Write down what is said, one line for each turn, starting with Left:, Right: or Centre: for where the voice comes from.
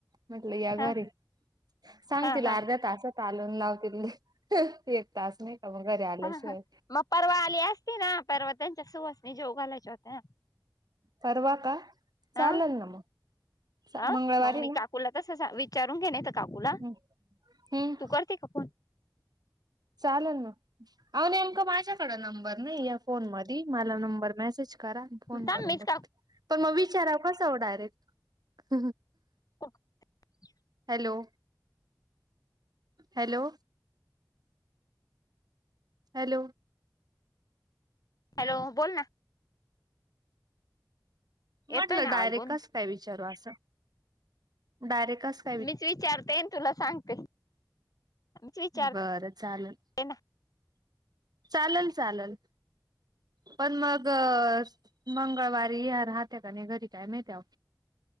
Right: म्हटलं या घरी,
Left: हा
Right: सांग
Left: हा
Right: तला
Left: हा
Right: अर्ध्या तासात आलून लावतील, एक तास नाही का, मग घरी आल्याशिवाय,
Left: हा हा मग परवा आली असती ना, परवा त्यांच्या सुहसणी जेव घालायच्या होत्या,
Right: परवा का, चालेल
Left: हा
Right: ना मग,
Left: हा
Right: मंगळवारी
Left: मग मी
Right: ना,
Left: काकूला तस विचारून घे, नाहीेत काकूला
Right: हम्म हम्म
Left: तू करते का फोन,
Right: चालेल ना, आव नेमकं माझ्या माझा कड नंबर नाही या, फोन मध्ये मला नंबर मेसेज करा, फोन
Left: थांब
Right: करून
Left: मीच
Right: बघते.
Left: काकू
Right: पण मग, विचाराव कसं direct,
Left: <unintelligible>
Right: hello? Hello! Hello?
Left: Hello? बोल ना,
Right: म्हटलं,
Left: येतोय ना
Right: डायरेक्टस
Left: आवाज बोल
Right: काय विचारू असं, डायरेक्ट असं,
Left: मीच विचारतेन आणि तुला सांगते, मीच विचारते
Right: बरं चालेल
Left: ना,
Right: चालेल, चालेल, पण मग मंगळवारी राहत्या, का नाही घरी कायम त्या्या,